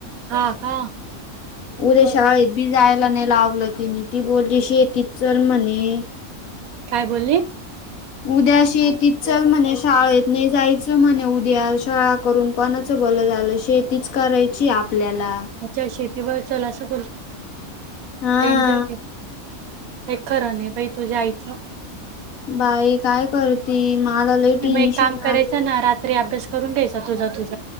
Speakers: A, on the right; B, on the left.
A: हा का.
B: उद्या शाळेत बी जायला नाही लावलं तिने ती बोलली शेतीत चल म्हणे हे
A: काय बोलली?
B: उद्या शेतीत चल म्हणे शाळेत नाही जायचं म्हणे उद्या शाळा करून कोण च भल झालं शेतीच करायची आपल्याला.
A: अच्छा शेतीवर चल असं
B: हा
A: डेंजर एक खरं नाही बाई तुझ्या आईचं.
B: बाई काय करती मला लई टेन्शन
A: मग एक काम करायच
B: आलं.
A: ना रात्री अभ्यास करून द्यायचा तुझा तुझा.